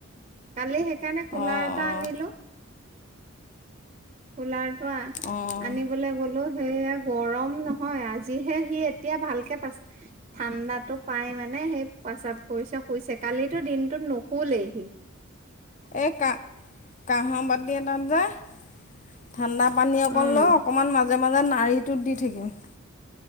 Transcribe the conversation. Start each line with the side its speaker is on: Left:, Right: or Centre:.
Right: কালি সেইকাৰণে কুলাৰ
Left: অঁ
Right: এটা আনিলো। ফলাৰটো
Left: অঁ অঁ
Right: আনিবলৈ গ'লো- সেয়া গৰম নহয়। আজিহে সি এতিয়া ভালকে পাইছে ঠাণ্ডা পাই মানে। নে সেই প্ৰচ্ৰাৱ কৰিছে শুইছে কালিতো দিনটোত নুসুলেই হি
Left: এই ক কাঁহৰ বাতি এটাত যে- <unintelligible> ঠাণ্ডা পানী অকণ
Right: উম
Left: লৈ অকণমান মাজে মাজে নাড়িটোত দি থাকিম-